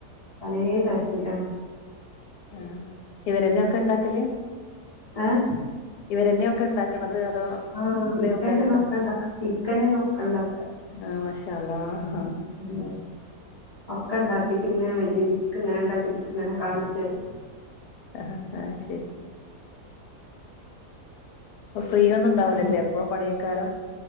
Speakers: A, on the left; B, on the left.
A: പലേ തരത്തി ത്തിലാണ്
B: ആഹ് ഇവരെന്നെ ഒക്കെ ഇണ്ടാക്കല്
A: ആഹ്
B: ഇവരെന്നെ ഒക്കെ ഇണ്ടാക്ക്ണത് അതോ
A: ആഹ
B: കുറെ
A: ഇക്കന്നെ
B: ആൾക്കാരുണ്ടോ
A: ഒക്കെണ്ടാക്ക ഇക്കന്നെണ് ഒക്കെ ഇണ്ടാക്ക
B: ആഹ മാഷാ അല്ലാഹ്
A: ഉം ഒക്കെ ഇണ്ടാക്കിട്ട് ഇങ്ങനെ വരി വരിക്ക് ഇങ്ങനെ ഇണ്ടാക്കിട്ട് ഇക്കിങ്ങനെ കാണിച്ചെരും
B: ആ ആഹ ശരി അപ്പൊ ഫ്രീ ഒന്നും ഇണ്ടാവുലല്ലേ
A: ആഹ്
B: അപ്പോ പണിയേക്കാരം